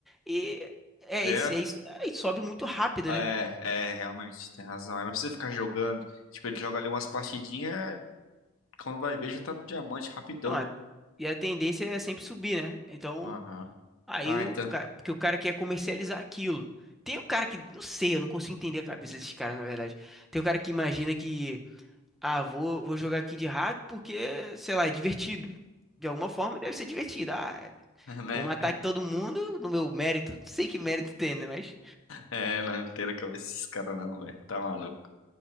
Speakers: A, in the centre; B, on the left.
A: e é
B: É?
A: isso, é isso, aí sobe muito rápido,
B: É,
A: né?
B: é, realmente, tem razão. Aí não precisa ficar jogando. Tipo, ele joga ali umas partidinhas, quando vai ver, já tá no diamante rapidão,
A: Então, a-
B: né?
A: e a tendência é sempre subir, né? Então,
B: Aham.
A: Aí,
B: Ai, tá.
A: o ca- porque o cara quer comercializar aquilo. Tem o cara que, não sei, eu não consigo entender a cabeça desses caras, na verdade. Tem o cara que imagina que, ah, vou, vou jogar aqui de hack porque, sei lá, é divertido. De alguma forma deve ser divertido. Ah,
B: <laughs> Né?
A: vou matar aqui todo mundo no meu mérito. Não sei que mérito tem, né? Mas
B: É, não tem na cabeça esses caras não, velho. Tá maluco.